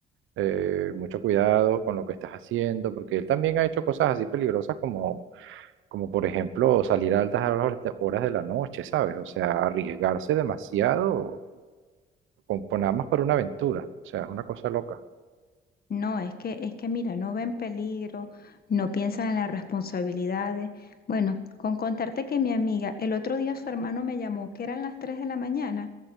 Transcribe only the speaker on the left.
No, es que es que mira, no ven peligro, no piensan en las responsabilidades. Bueno, con contarte que mi amiga, el otro día su hermano me llamó que eran las 3 de la mañana.